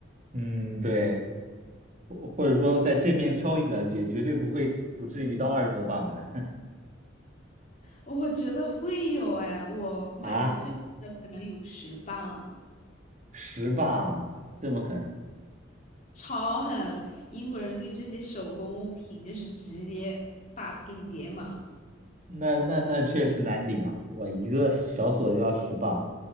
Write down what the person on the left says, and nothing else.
我觉得会有哎，我买过最贵的可能有十磅了。
超狠！英国人对这些手工物品就是直接 buff 给你叠满。